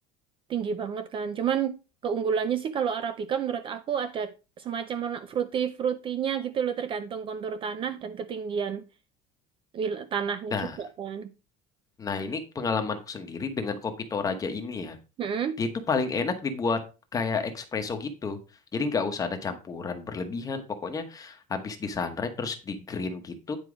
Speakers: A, on the right; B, on the left.
A: tinggi banget kan. Cuman keunggulannya sih kalau Arabica menurut aku ada semacam warna fruity-fruitynya gitu loh, tergantung kontur tanah dan ketinggian wil- tanahnya
B: Nah,
A: juga kan.
B: nah ini pengalamanku sendiri dengan kopi Toraja ini ya.
A: Hmm,
B: Dia tuh paling enak dibuat kayak espresso gitu. Jadi nggak usah ada campuran berlebihan. Pokoknya habis di terus di green gitu,